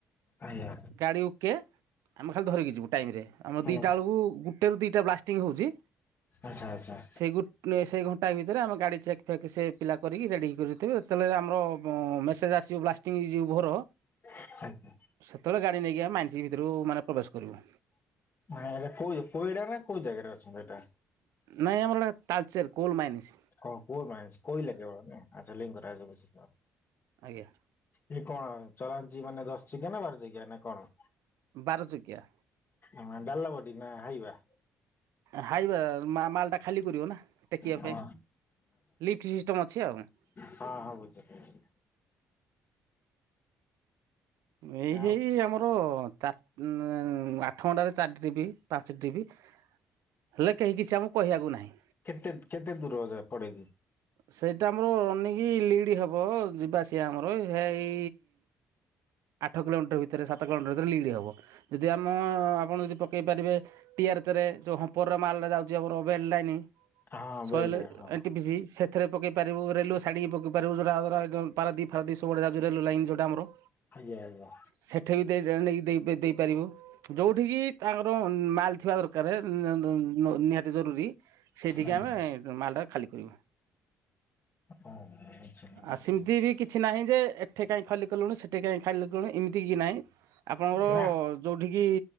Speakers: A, on the left (about 45°); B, on the right (about 75°).
A: ଆଜ୍ଞା
B: ଗାଡି ଓକେ ଆମେ ଖାଲି ଧରିକି ଯିବୁ ଟାଇମ୍ ରେ ଆମ
A: ହୁଁ
B: ଦିଟା ଆଳୁକୁ ଗୁ ଗୋଟେରୁ ଦିଇଟା ବ୍ଲାଷ୍ଟିଟିଂ ହଉଚି
A: ଆଚ୍ଛା ଆଚ୍ଛା।
B: ସେଇ ଗୁଟ୍ ନେ ସେଇ ଘଣ୍ଟାଏ ଭିତରେ ଆମେ ଗାଡ଼ି ଚେକ୍ ଫେକ୍ ସେ ପିଲା କରିକି ରେଡ଼ି କରି ଥିବେ ଯେତେବେଳେ ଆମର ଅଁ ମେସେଜ୍ ଆସିବ ବ୍ଲାଷ୍ଟିଂ ଇଜ୍ ଓଭର
A: <inaudible> ଆଜ୍ଞା।
B: ସେତେଏଳେ ଗାଡ଼ି ନେଇକି ଆମେ ମାଇନ୍ସ୍ ଭିତୁରୁ ମାନେ ପ୍ରବେଶ କରିବୁ।
A: ମାନେ ଏଇଟା କୋଇ କୋଇଡା ନା କୋଉ ଜାଗାରେ ଅଛି ଏଟା?
B: ନାଇଁ ଆମର <unintelligible> ତାଲଚେର୍ କୋଲ୍ ମାଇନ୍ସ୍।
A: ଓ କୋଲ୍ ମାଇନ୍ସ୍ କୋଇଲା କେବଳ ନାଇ ଆଚ୍ଛା ଲିଙ୍ଗରାଜ୍ ବିଷ୍ନୁ।
B: ଆଜ୍ଞା।
A: ଏଇ କଣ ଚଳାନ୍ତି ଯି ମାନେ ଦଶ୍ ଚକିଆ ନା ବାର ଚକିଆ ନା କଣ?
B: ବାର ଚକିଆ।
A: ଆଁ ଡାଲବଡି ନା ହାଇୱା?
B: ହାଇୱା ମା ମାଲ୍ ଟା ଖାଲି କରିବ ନା ଟେକିବା
A: ହଁ
B: ପାଇଁ ଲିଫ୍ଟ ସିଷ୍ଟମ୍ ଅଛି ଆଉ। <unintelligible>
A: ହଁ-ହଁ ବୁଝିଲି।
B: ଏଇ
A: ଆଉ
B: ସେଇ ଆମର ଚାର ହୁଁ ଆଠଘଣ୍ଟାରେ ଚାରି ଟ୍ରିପ୍ ପାଞ୍ଚ ଟ୍ରିପ୍। ହେଲେ କେହି କିଛି ଆମକୁ କହିବାକୁ ନାହିଁ।
A: କେତେ-କେତେ ଦୂର ଯାଏ ପଡେକି?
B: ସେଇଟା ଆମର ଅନେକି ଲିଡ଼୍ ହେବ ଯିବା ଆସିବା ଆମର ହେଇ ଆଠ କିଲୋମିଟର ଭିତରେ ସାତ କିଲୋମିଟର ଭିତରେ ଲିଡ଼ି ହବ ଯଦି ଆମ ଆପଣ ଯଦି ପକେଇ ପାରିବେ ଟିଆର୍ଚ ରେ ଯେଉଁ ହମ୍ପରରେ ମାଲଟେ ଯାଉଛି ଆମର ବେଲ୍ ଲାଇନି
A: ହଁ
B: ସଏଲ୍
A: ବେଲ୍ଟରେ ହଁ।
B: ଏଣ୍ଟି ପିସି ସେଥିରେ ପକେଇ ପାରିବୁ ରେଲେୱଶାଇଟିକି ପକାଇ ପାରିବୁ ଯେଉଁଟା ଆମର ପାରାଦୀପି ଫାରାଦୀପି ସବୁ ଆଡେ ଯାଉଛି ରେଲିୱ ଲାଇନ୍ ଯୋଉଟା ଆମର।
A: ଆଜ୍ଞା-ଆଜ୍ଞା।
B: ସେଠି ବି ଦେଇ ଜାଣି ନେଇକି ଦେଇପାରିବୁ। ଯୋଉଠିକି ତାଙ୍କର ମାଲ୍ ଥିବା ଦରକାର ନି ଜରୁରୀ ସେଇଠିକି
A: ଆଜ୍ଞା
B: ଆମେ ମାଲଟା ଖାଲି କରିବୁ।
A: ଓହୋ
B: ଆ
A: ବୁଝିଲି
B: ସେମିତି ବି କିଛି ନାହିଁ ଯେ ଏଠି କାହିଁ ଖାଲି କଲୁନୁ ସେଠି କାହିଁ ଖାଲି କଲୁନୁ ଏମିତି କିଛି ନାହିଁ। ଆପଣଙ୍କର
A: ନା
B: ଯେଉଁଠିକି